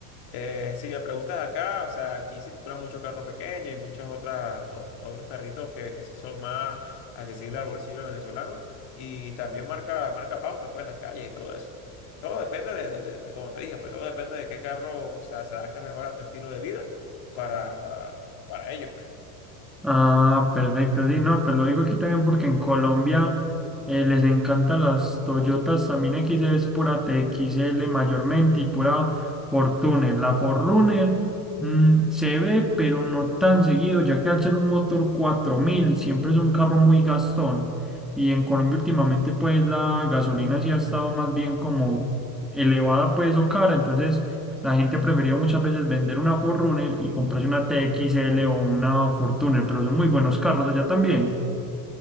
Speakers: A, on the left; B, in the centre.
A: Eh, si me preguntas acá, o sea, aquí circula mucho carro pequeño y muchos otras, os- otros carritos que, que sí son más accesibles al bolsillo del venezolano y también marca, marca pauta pues, en las calles y todo eso. Todo depende de, de- de- de- como te dije, pues todo depende de qué carro, o sea, se adapte mejor a tu estilo de vida para, para, para ello, pues.
B: Ah, perfecto, sí, no, pero lo digo aquí también porque en Colombia eh, les encantan las Toyotas, también XL es pura TXL mayormente y pura Fortuner. La Fortuner mm, se ve, pero no tan seguido, ya que al ser un motor 4000 siempre es un carro muy gastón y en Colombia últimamente pues la gasolina sí ha estado más bien como elevada pues o cara, entonces la gente prefirió muchas veces vender una 4 y comprarse una T X L o una Fortuner, pero son muy buenos carros allá también.